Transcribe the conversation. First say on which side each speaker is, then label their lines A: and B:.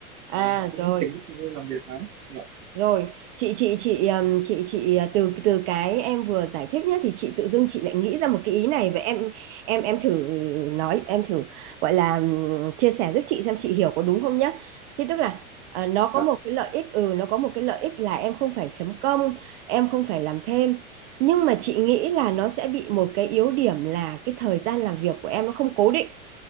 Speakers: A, on the right; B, on the right.
A: À,
B: và cũng
A: rồi.
B: không tính được thời gian làm việc lắm dạ.
A: Rồi, chị chị chị ừm, chị chị ờ, từ từ cái em vừa giải thích nhé thì chị tự dưng chị lại nghĩ ra một cái ý này vậy em em em thử nói em thử gọi là ừm, chia sẻ giúp chị xem chị hiểu có đúng không nhá. Thế tức là ờ, nó
B: Dạ.
A: có một cái lợi ích ừ nó có một cái lợi ích là em không phải chấm công, em không phải làm thêm. Nhưng mà chị nghĩ là nó sẽ bị một cái yếu điểm là cái thời gian làm việc của em nó không cố định